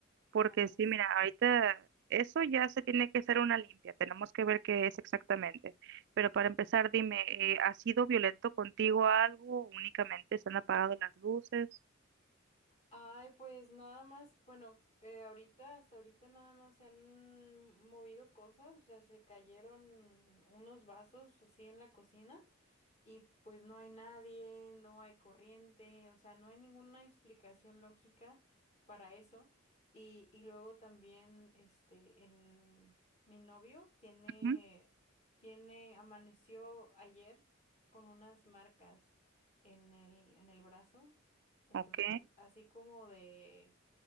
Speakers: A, on the right; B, on the left.
A: Porque
B: Ay, ya
A: sí,
B: sé.
A: mira, ahorita eso ya se tiene que hacer una limpia. Tenemos que ver qué es exactamente. Pero para empezar, dime, eh, ¿ha sido violento contigo algo? ¿Únicamente se han apagado las luces?
B: Ay, pues nada más, bueno, eh, ahorita, hasta ahorita nada más se han movido cosas, o sea, se cayeron unos vasos así en la cocina y pues no hay nadie, no hay corriente, o sea, no hay ninguna explicación lógica para eso. Y, y luego también, este, en, mi novio tiene,
A: Ujú,
B: tiene, amaneció ayer con unas marcas en el, en el brazo, entonces
A: Ok.
B: así como de,